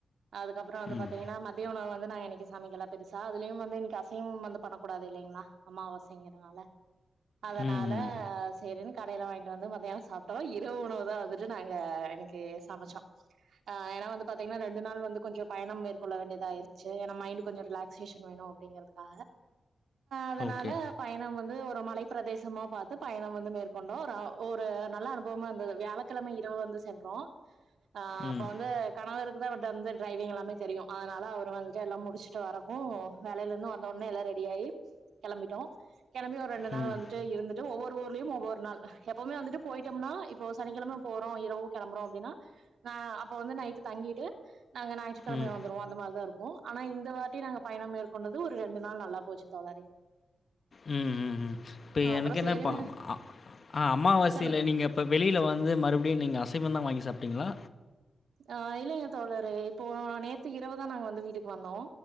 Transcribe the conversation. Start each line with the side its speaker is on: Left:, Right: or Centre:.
Right: அதுக்கப்புறோ வந்து
Left: ம்.
Right: பாத்தீங்கன்னா மத்திய உணவு வந்து நா என் இன்னைக்கு சமைக்கல பெருசா அதுலயும் வந்து இன்னைக்கு அசைவம் வந்து பண்ணக்கூடாது இல்லைங்ளா அம்மாவசைங்கிறதுனால அதனால
Left: ம், ம்.
Right: சேரின்னு கடையில வாங்கிட்டு வந்து மத்தியானோ சாப்பிட்டோ இரவு உணவுதா வந்துட்டு நாங்க இன்னைக்கு சமச்சோ ஆ ஏனா வந்து பாத்தீங்கன்னா ரெண்டு நாள் வந்து கொஞ்சோ பயணம் மேற்கொள்ள வேண்டியதாயிருச்சு ஏனா மைண்ட் கொஞ்சோ ரிலாக்சேஷன் வேணு அப்படிங்கிறதுக்காக அதனால
Left: ஓகே.
Right: பயணம் வந்து ஒரு மலை பிரதேசமா பாத்து பயணம் வந்து மேற்கொண்டோ ஒரு ஒரு நல்ல அனுபவமா இருந்தது வியாழக்கிழமை இரவு வந்து சென்றோ அப்ப
Left: ம்,
Right: வந்து கணவர் கிதா விட்ட வந்து டிரைவிங் எல்லாமே தெரியு அதனால அவர் வந்துட்டு எல்லா முடிச்சுட்டு வர்ரக்கு வேலையில இருந்து வந்த உடனே எல்லா ரெடி ஆயி கிளம்பிட்டோ கிளம்பி ஒரு ரெண்டு நாள்
Left: ம்,
Right: வந்துட்டு இருந்துட்டு ஒவ்வொரு ஊர்லயும் ஒவ்வொரு நாள் எப்பவுமே வந்துட்டு போய் ட்டோம்னா இப்போ சனிக்கிழம போறோ இரவு கிளம்புறோ அப்டின்னா அப்ப வந்து நைட்டு தங்கிட்டு நாங்க ஞாயிற்றுக்கிழமை
Left: ம்,
Right: வந்துருவோ அந்த மாரிதா இருக்கு ஆனா இந்த வாட்டி நாங்க பயணம் மேற்கொண்டது ஒரு ரெண்டு நாள் நல்லா போச்சு தோழரே
Left: ம், ம், ம். இப்ப
Right: ஆ
Left: எனக்கு
Right: அப்புறோ
Left: என்ன
Right: சேரின்னு
Left: பா அ ஆ அமாவாசையில
Right: சொல்லுங்க
Left: நீங்க இப்ப வெளியில வந்து மறுபடியு நீங்க அசைவந்தா வாங்கி சாப்பிட்டீங்ளா
Right: ஆ இல்லைங்க தோழரே இப்போ நேத்து இரவுதா நாங்க வந்து வீட்டுக்கு வந்தோ